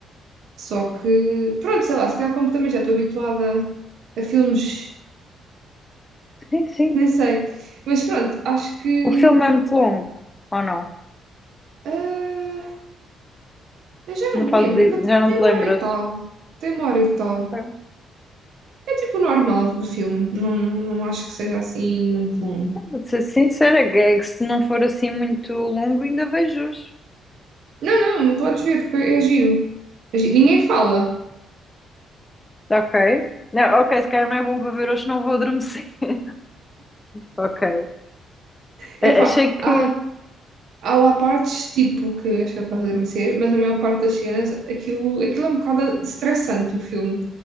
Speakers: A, on the right; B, on the left.
A: Só que, pronto, sei lá, se calhar como também já estou habituada a filmes
B: Sim, sim.
A: nem sei. Mas pronto, acho que.
B: O filme é muito longo, ou não?
A: ah, eu já não
B: Não
A: me
B: fazes,
A: lembro.
B: i-
A: Aquilo
B: já não
A: tem uma
B: te lembras?
A: hora e tal. Tem uma hora e tal.
B: Pronto,
A: É tipo o normal do filme. Não, não acho que seja assim muito longo.
B: Vou ser sincera, que é que se não for assim muito longo, ainda vejo hoje.
A: Não, não, podes ver, porque é giro. É gi- Ninguém fala.
B: Ok? Não, ok, se calhar não é bom para ver hoje, não vou adormecer. <laughs> Ok.
A: É
B: A-
A: pá,
B: Achei que...
A: há, há lá partes tipo que és capaz de adormecer, mas a maior parte das cenas, aquilo, aquilo é um bocado estressante o filme.